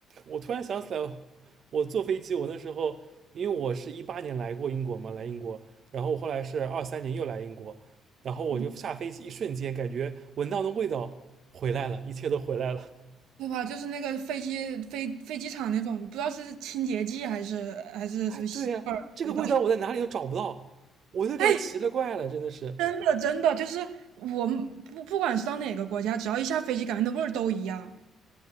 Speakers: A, on the right (about 55°); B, on the right (about 85°).
A: 我突然想起来，我坐飞机，我那时候因为我是一八年来过英国嘛，来英国，然后我后来是二三年又来英国，然后我就下飞机一瞬间感觉闻到的味道回来了，
B: 嗯，
A: 一切都回来了。<laughs>
B: 对吧？就是那个飞机飞飞机场那种，不知道是清洁剂还是还是什么吸味儿味道。
A: 哎，对呀，这个味道我在哪里都找不到，
B: <laughs>
A: 我都该奇了怪了，
B: 哎，
A: 真的是。
B: 真的真的，就是我们不不管是到哪个国家，只要一下飞机，感觉那味儿都一样，